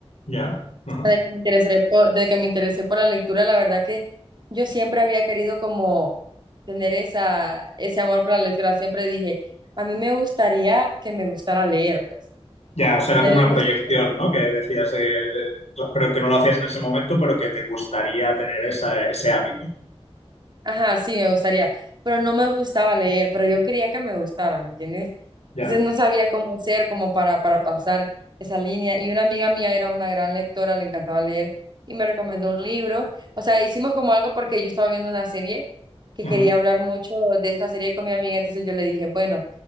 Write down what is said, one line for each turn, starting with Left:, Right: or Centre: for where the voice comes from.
Left: Ya. Ajá.
Right: Desde que me interesé por, desde que me interesé por la lectura, la verdad que yo siempre había querido como tener esa, ese amor por la lectura. Siempre dije, a mí me gustaría que me gustara leer, pues,
Left: Ya, o sea,
Right: tener
Left: era como
Right: el
Left: una
Right: gusto.
Left: proyección, ¿no? Que decías, eh, de- pero que no lo hacías en ese momento, pero que te gustaría tener esa, ese hábito.
Right: Ajá, sí, me gustaría, pero no me gustaba leer, pero yo quería que me gustara, ¿me entiendes?
Left: Ya.
Right: Entonces no sabía cómo hacer como para, para pasar esa línea y una amiga mía era una gran lectora, le encantaba leer y me recomendó un libro, o sea, hicimos como algo porque yo estaba viendo una serie que
Left: Ajá.
Right: quería hablar mucho de esa serie con mi amiga, entonces yo le dije, bueno,